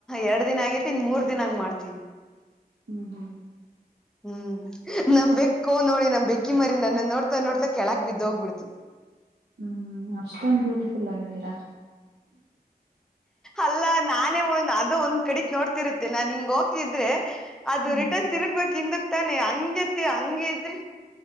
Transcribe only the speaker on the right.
ಹ್ಮ್ ಹ್ಮ್
ಹ್ಮ್ ಅಷ್ಟೊಂದ ಬ್ಯೂಟಿಫುಲ್ ಆಗಿದ್ದೀರಾ
ಹ್ಮ್